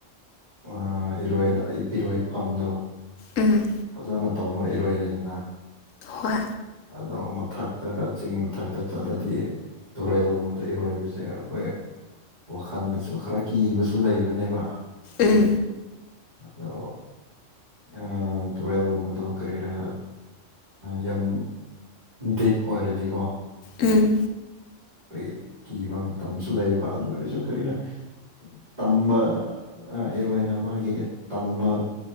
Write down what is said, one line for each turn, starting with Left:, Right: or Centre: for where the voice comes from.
Right: ꯑ ꯏꯔꯣꯏꯅ ꯏꯔꯣꯏꯐꯝꯗꯣ
Left: ꯎꯝ
Right: ꯐꯖꯅ ꯇꯧꯔ ꯏꯔꯣꯏꯔꯦꯗꯅ
Left: ꯍꯣꯏ
Right: ꯑꯗꯣ ꯃꯊꯛꯇꯔꯥ ꯆꯤꯡ ꯃꯊꯛꯇ ꯆꯠꯂꯗꯤ ꯇꯨꯔꯦꯜꯒꯨꯝꯕꯗ ꯏꯔꯣꯏꯕꯁꯦ ꯑꯩꯈꯣꯏ ꯋꯥꯈꯜꯗꯁꯨ ꯈꯔ ꯀꯤꯕꯁꯨ ꯂꯩꯕꯅꯦꯕ
Left: ꯎꯝ
Right: ꯑꯗꯣ ꯎꯝ ꯇꯔꯕ ꯃꯗ ꯀꯔꯔ ꯌꯥꯝ ꯗꯤꯞ ꯑꯣꯏꯔꯗꯤꯀꯣ
Left: ꯎꯝ
Right: ꯑꯩꯈꯣꯏ ꯀꯤꯕ ꯃꯇꯝꯁꯨ ꯂꯩꯕ ꯑꯗꯨ ꯑꯣꯏꯔꯁꯨ ꯀꯔꯤꯅ ꯇꯝꯕ ꯑ ꯏꯋꯥ ꯏꯅ ꯑꯃꯒꯤꯒ ꯇꯝꯕ